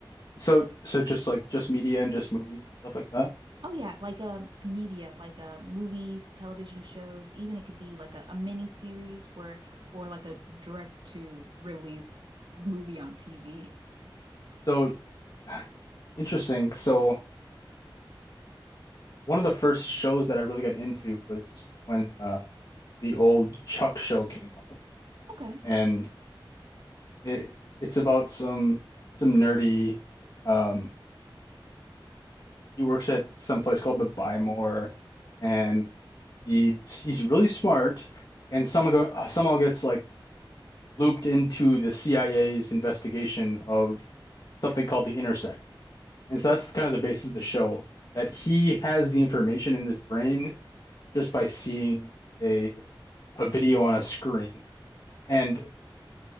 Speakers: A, on the left (about 55°); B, on the right (about 70°).
A: So, so just like just media and just movies and stuff like that.
B: Oh yeah, like um media, like uh movies, television shows, even it could be like a, a mini series where or like a direct to release movie on TV.
A: So, <sighs> interesting. So, one of the first shows that I really got into was when uh, the old Chuck show came out,
B: Okay.
A: and it it's about some some nerdy. Um, he works at some place called the Bymore, and he's he's really smart, and somehow somehow gets like looped into the CIA's investigation of something called the Intercept. And so that's kind of the basis of the show, that he has the information in his brain just by seeing a a video on a screen. And